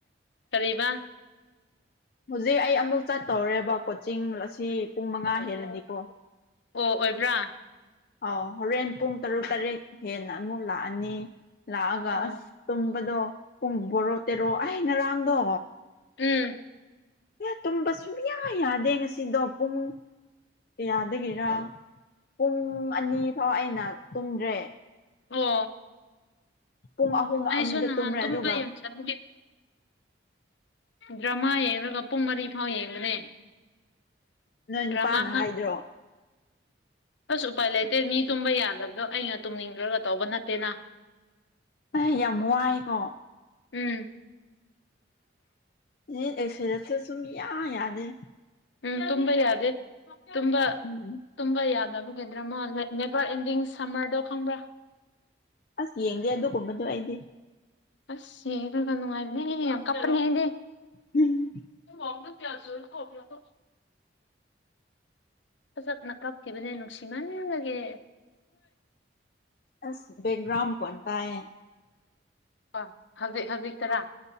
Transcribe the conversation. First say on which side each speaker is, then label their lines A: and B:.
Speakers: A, on the left (about 70°); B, on the left (about 50°).
A: ꯀꯔꯤꯕ
B: ꯍꯧꯖꯤꯛ ꯑꯩ ꯑꯃꯨꯛ ꯆꯠꯇꯧꯔꯦꯕ ꯀꯣꯆꯤꯡ ꯑꯁꯤ ꯄꯨꯡ ꯃꯉꯥ ꯍꯦꯜꯂꯗꯤꯀꯣ
A: ꯑꯣ ꯑꯣꯏꯕ꯭ꯔꯥ
B: ꯑꯥꯎ ꯍꯣꯔꯦꯟ ꯄꯨꯡ ꯇꯔꯨꯛ ꯇꯔꯦꯠ ꯍꯦꯟꯅ ꯑꯃꯨꯛ ꯂꯥꯛꯑꯅꯤ ꯂꯥꯛꯑꯒ
A: ꯑꯣ
B: ꯑꯁ ꯇꯨꯝꯕꯗꯣ ꯄꯨꯡ ꯕꯣꯔꯣ ꯇꯦꯔꯣ ꯑꯍꯩ ꯉꯔꯥꯡꯗꯣ
A: ꯎꯝ
B: ꯑ ꯇꯨꯝꯕ ꯁꯨꯝꯌꯥ ꯌꯥꯗꯦ ꯉꯁꯤꯗꯣ ꯄꯨꯡ ꯀꯌꯥꯗꯒꯤꯦꯔꯥ ꯄꯨꯡ ꯑꯅꯤ ꯐꯥꯎ ꯑꯩꯅ ꯇꯨꯝꯗ꯭ꯔꯦ
A: ꯑꯣ
B: ꯄꯨꯡ ꯑꯍꯨꯝ
A: ꯑꯩꯁꯨ
B: ꯑꯃꯗ
A: ꯅꯍꯥꯟ
B: ꯇꯨꯝꯔꯦ
A: ꯇꯨꯝꯕ
B: ꯑꯗꯨꯒ
A: ꯌꯦꯡꯖꯕꯒꯦ ꯗ꯭ꯔꯃꯥ ꯌꯦ ꯌꯦꯡꯂꯒ ꯄꯨꯡ ꯃꯔꯤ ꯐꯥꯎ ꯌꯦꯡꯕꯅꯦ
B: ꯅꯣꯏ
A: ꯗ꯭ꯔꯃꯒ
B: ꯅꯨꯄꯥꯅ ꯍꯥꯏꯗ꯭ꯔꯣ
A: ꯑꯁ ꯎꯄꯥꯏ ꯂꯩꯇꯦ ꯃꯤ ꯇꯨꯝꯕ ꯌꯥꯗꯗꯣ ꯑꯩꯅ ꯇꯨꯝꯅꯤꯡꯗ꯭ꯔꯒ ꯇꯧꯕ ꯅꯠꯇꯦꯅ
B: ꯑ ꯌꯥꯝ ꯋꯥꯏꯀꯣ
A: ꯎꯝ
B: ꯎ ꯑꯦꯔꯁ ꯁꯨꯝ ꯌꯥ ꯌꯥꯗꯦ
A: ꯎꯝ ꯇꯨꯝꯕ ꯌꯥꯗꯦ ꯇꯕ
B: ꯎꯝ
A: ꯇꯨꯝꯕ ꯌꯥꯗꯕꯒꯤꯗ꯭ꯔꯃꯣ ꯕꯥꯔ ꯑꯦꯟꯗꯤꯡ ꯁꯝꯃꯔꯗꯣ ꯈꯪꯕ꯭ꯔꯥ
B: ꯑꯁ ꯌꯦꯡꯒꯦ ꯑꯗꯨꯒꯨꯝꯕꯗꯣ ꯑꯩꯗꯤ
A: ꯑꯁ ꯌꯦꯒ ꯀꯅꯅꯨꯡꯉꯥꯏꯅꯦ ꯀꯞꯄꯦꯗ
B: ꯎꯝ
A: ꯐꯣ ꯅ ꯀꯌꯥꯁꯨ ꯀꯣꯕꯣ ꯐꯖꯠ ꯅꯥꯀꯥꯞꯈꯤꯕꯅꯦ ꯅꯨꯡꯁꯤꯃꯅꯦ ꯌꯦꯡꯉꯒꯦ
B: ꯑꯁ ꯦꯛꯒ꯭ꯔꯥꯎꯟ ꯀꯟꯇꯥꯏ
A: ꯑ ꯍꯧꯖꯤꯛ ꯍꯧꯖꯤꯛ ꯇꯔꯥ